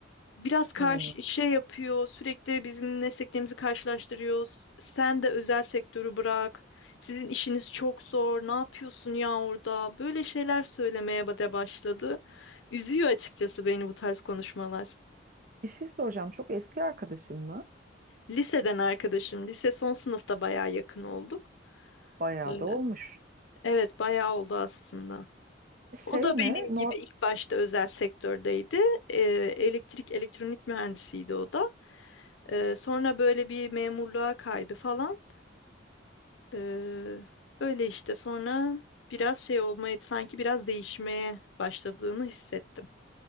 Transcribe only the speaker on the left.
biraz karşı
şey yapıyor, sürekli bizim mesleklerimizi karşılaştırıyoruz. Sen de özel sektörü bırak. Sizin işiniz çok zor. Ne yapıyorsun ya orada? Böyle şeyler söylemeye ba- de başladı. Üzüyor açıkçası beni bu tarz konuşmalar.
Liseden arkadaşım, lise son sınıfta bayağı yakın olduk.
Evet.
Evet, bayağı oldu aslında.
O da
benim
gibi ilk başta özel sektördeydi. Ee, elektrik, elektronik mühendisiydi o da. Ee, sonra böyle bir memurluğa kaydı falan. Ee, öyle işte sonra biraz şey olmaya sanki biraz değişmeye başladığını hissettim.